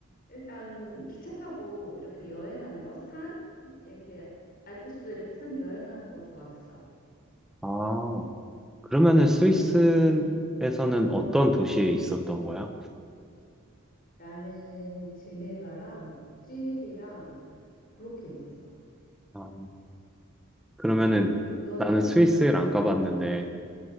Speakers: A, on the left; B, in the centre.
A: 일단 기차 타고 이렇게 여행하는 거, 산, 이렇게 알프스 이렇게 산 여행하는 거 좋았어.
B: 아, 그러면은 스위스에서는
A: 응, 응.
B: 어떤 도시에 있었던 거야?
A: 나는 제네바랑 찌리히랑 그렇게 있었어.
B: 아, 그러면은
A: 너는?
B: 나는 스위스를 안 가봤는데,